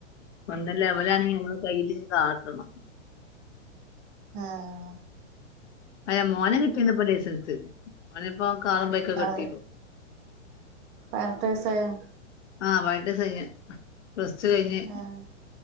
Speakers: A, on the left; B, on the right.
A: ഒന്ന് ലെവലാണെങ്ക നമ്മള് കയ്ൽ കാറട്ടണം
B: ആഹ
A: അ മോനെ കിട്ടീന്നപ്പൊ ലൈസൻസ് മോനെ ഇപ്പോ കാറും ബൈക്കൊക്കെ
B: അതെ
A: എട്തീന്നു
B: പതിനെട്ട് വയസ്സായോ?
A: ആഹ പൈനട്ട് വയസ്സ് കഴിഞ്ഞ് പ്ലസ് ടു കഴിഞ്ഞു
B: ആഹ്